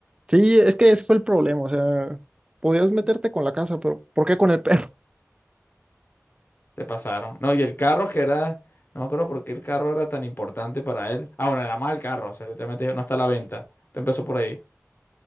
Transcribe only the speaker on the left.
Te pasaron. No, y el carro que era, no me acuerdo por qué el carro era tan importante para él. Ah, bueno, era mal carro, o sea, literalmente dijo, no está a la venta. Te empezó por ahí.